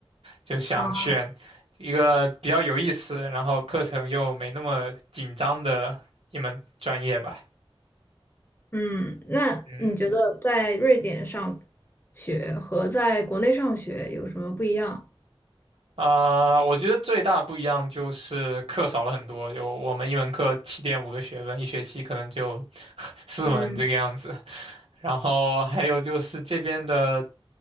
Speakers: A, on the right; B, on the left.
A: 就想选一个比较有意思，
B: 啊。
A: 然后课程又没那么紧张的一门专业吧。
B: 嗯，那你觉得在瑞典上
A: 嗯。
B: 学和在国内上学有什么不一样？
A: 啊、我觉得最大不一样就是课少了很多，有我们一门课七点五个学分，一学期可能就 <laughs> 四门这个样子。
B: 嗯，
A: 然后还有就是这边的